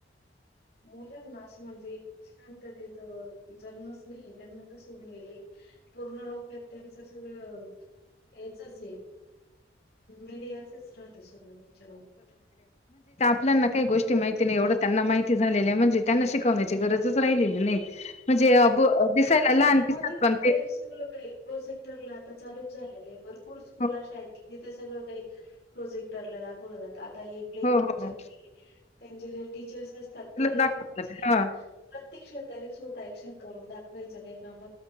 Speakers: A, on the left; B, on the left.
A: मुलांना असं म्हणजे शांततेच जन्मच नाही त्यांना कसरेले पूर्ण का त्यांचं सगळं हेचच आहे मीडियाचेच राहत त्यांच्या डक
B: आपल्यांना काही गोष्टी माहिती नाही एवढं त्यांना माहिती झालेल्या आहे म्हणजे त्यांना शिकवण्याची गरजच राहिली नाही म्हणजे अ
A: त्या
B: ब दिसायला
A: स्कूलमध्ये
B: लहान दिसतात पण
A: का
B: ते
A: बर सगळं काही प्रोजेक्टर ला चालूच झाले ू स्कूलशा
B: हो
A: आहेत कि तिथं सगळं काही प्रोजेक्टरला दाखवलं जात आता हे प्ले
B: हो
A: ग्रुपच्या
B: हो
A: मु त्यांचे जे टीचर्स असतात ते
B: दाखवतात
A: आचे
B: हा
A: प्रत्यक्षात दर क्शन करून दाखवायचं काही काम